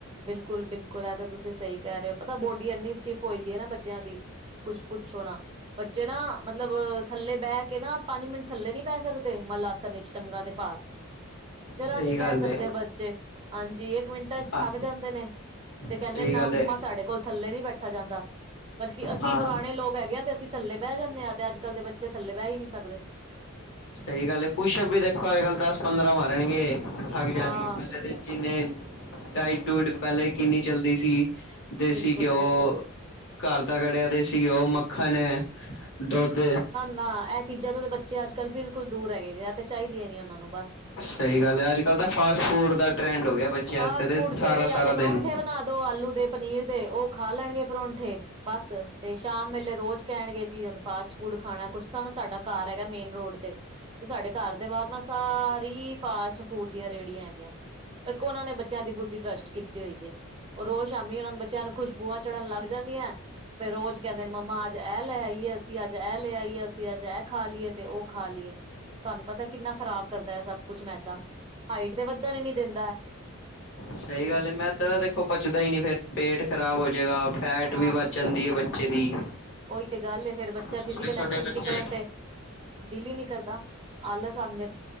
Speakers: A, on the right; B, on the left.
A: ਬਿਲਕੁਲ-ਬਿਲਕੁਲ, ਐ ਤਾਂ ਤੁਸੀਂ ਸਹੀ ਕਹਿ ਰਹੇ ਹੋ, ਪਤਾ ਬੋਡੀ ਇੰਨੀ ਸਟਿਫ ਹੋਈ ਦੀ ਹੈ ਨਾ, ਬੱਚਿਆਂ ਦੀ ਕੁਛ ਪੁੱਛੋ ਨਾ। ਬੱਚੇ ਨਾ ਮਤਲਬ, ਥੱਲੇ ਬਹਿ ਕੇ ਨਾ, ਪੰਜ ਮਿੰਟ ਥੱਲੇ ਨਹੀਂ ਬਹਿ ਸਕਦੇ, ਮੱਲ ਆਸਨ 'ਚ ਟੰਗਾ ਦੇ ਭਾਰ। ਜਰਾ
B: ਸਹੀ
A: ਨਹੀਂ ਬਹਿ
B: ਗੱਲ
A: ਸਕਦੇ
B: ਏ
A: ਬੱਚੇ, ਹਾਂਜੀ ਇੱਕ ਮਿੰਟ ਵਿਚ
B: ਹਾਂ
A: ਥੱਕ ਜਾਂਦੇ ਨੇ, ਤੇ ਕਹਿੰਦੇ
B: ਸਹੀ
A: ਨਾ
B: ਗੱਲ
A: ਮੰਮਾ,
B: ਏ
A: ਸਾਡੇ ਕੋਲ ਥੱਲੇ ਨਹੀ ਬੈਠਾ ਜਾਂਦਾ। ਬਲਕਿ ਅਸੀਂ
B: ਹਾਂ
A: ਪੁਰਾਣੇ ਲੋਕ ਹੈਗੇ ਹਾਂ, ਤੇ ਅਸੀਂ ਥੱਲੇ ਬਹਿ ਜਾਂਦੇ ਹਾਂ। ਤੇ ਅੱਜ ਕੱਲ੍ਹ ਦੇ ਬੱਚੇ, ਥੱਲੇ ਬਹਿ ਹੀ ਨਹੀ ਸਕਦੇ।
B: ਸਹੀ ਗੱਲ ਹੈ, ਪੁਸ਼ਪ ਵੀ ਦੇਖੋ ਅੱਜ ਕੱਲ, ਦਸ ਪੰਦਰਾਂ ਮਾਰਨਗੇ, ਥੱਕ ਜਾਣਗੇ।
A: ਹਾਂ
B: ਪਹਿਲੇ ਜਿੰਨੇ ਡਾਈਟ-ਡੂਟ, ਪਹਿਲੇ ਕਿੰਨੀ ਚੱਲਦੀ ਸੀ, ਦੇਸੀ
A: ਬਿਲਕੁਲ
B: ਘਿਓ
A: ਬਿਲਕੁਲ
B: ਘਰ ਦਾ ਕਢਿਆ ਤੇ ਦੇਸੀ ਘਿਓ, ਮੱਖਣ ਤੇ ਦੁੱਧ
A: ਨਾ, ਇਹ ਚੀਜ਼ਾਂ ਤੋਂ ਬੱਚੇ ਅੱਜ ਕੱਲ੍ਹ ਬਿਲਕੁਲ ਦੂਰ ਹੈਗੇ ਜੇ, ਆ ਤੇ ਚਾਹੀਦੀਆਂ ਨੀ ਉਹਨਾਂ ਨੂੰ ਬਸ।
B: ਸਹੀ ਗੱਲ ਹੈ, ਅੱਜ ਕੱਲ ਤਾਂ ਫਾਸਟੂਡ ਦਾ ਟਰੈਂਡ ਹੋ ਗਿਆ। ਬੱਚਿਆਂ
A: ਫਾਸਟ-ਫੂਡ
B: ਵਾਸਤੇ ਤੇ ਸਾਰਾ
A: ਸਵੇਰੇ ਜਾਂ
B: ਸਾਰਾ
A: ਤੇ ਪਰੌਂਠੇ
B: ਦਿਨ
A: ਬਣਾ ਦੋ, ਆਲੂ ਦੇ ਪਨੀਰ ਦੇ, ਉਹ ਖਾ ਲੈਣਗੇ ਪਰੌਂਠੇ ਬਸ, ਤੇ ਸ਼ਾਮ ਵੇਲੇ ਰੋਜ਼ ਕਹਿਣਗੇ ਜੀ ਨੂੰ ਫਾਸਟ ਫੂਡ ਖਾਣਾ। ਕੁਛ ਤਾਂ ਨਾ ਸਾਡਾ ਘਰ ਹੈਗਾ, ਮੇਨ ਰੋਡ ਤੇ ਤੇ ਸਾਡੇ ਘਰ ਦੇ ਬਾਹਰ ਨਾ, ਸਾਰੀ ਫਾਸਟ ਫੂਡ ਦੀਆਂ ਰੇਹੜੀਆਂ ਹੈਗੀਆਂ। ਇੱਕ ਉਹਨਾਂ ਨੇ, ਬੱਚਿਆਂ ਦੀ ਬੁੱਧੀ ਬ੍ਰਸ਼ਟ ਕੀਤੀ ਹੋਈ ਜੇ। ਉਹ ਰੋਜ਼ ਸ਼ਾਮੀ ਉਹਨਾਂ ਨੇ, ਬੱਚਿਆਂ ਨੂੰ ਖੁਸ਼ਬੂਆਂ ਚੜ੍ਹਨ ਲੱਗ ਜਾਂਦੀਆਂ। ਫੇਰ ਰੋਜ਼ ਕਹਿੰਦੇ ਨੇ, ਮੰਮਾ ਅੱਜ ਇਹ ਲੈ ਆਈਏ ਅਸੀਂ, ਅੱਜ ਇਹ ਲੈ ਆਈਏ, ਅਸੀਂ ਅੱਜ ਇਹ ਖਾ ਲਈਏ, ਤੇ ਉਹ ਖਾ ਲਈਏ। ਤੁਹਾਨੂੰ ਪਤਾ, ਕਿੰਨਾ ਖ਼ਰਾਬ ਕਰਦਾ ਹੈ ਸਭ ਕੁਛ ਮੈਂਦਾਂ, ਹਾਈਟ ਤੇ ਵੱਧ ਨ ਨੀ ਦਿੰਦਾ।
B: ਸਹੀ ਗੱਲ ਮੈਦਾ ਦੇਖੋ ਪਚਦਾ ਹੀ ਨੀ, ਫੇਰ ਪੇਟ ਖ਼ਰਾਬ ਹੋ ਜਏਗਾ, ਫੈਟ
A: ਹਾਂ
B: ਵੀ ਵੱਧ-' ਚੰਦੀ ਹੈ, ਬੱਚੇ ਦੀ
A: ਉਹੀ ਤੇ ਗੱਲ ਹੈ ਫੇਰ, ਬੱਚਾ
B: ਛੋਟੇ
A: ਫਿਜ਼ਕਲ
B: ਛੋਟੇ
A: ਐਕਟੀਵਿਟੀ
B: ਬੱਚੇ
A: ਕਰਨ ਤੇ ਦਿਲ ਹੀ ਨਹੀਂ ਕਰਦਾ, ਆਲਸ ਆਂਦੇ ਨੇ।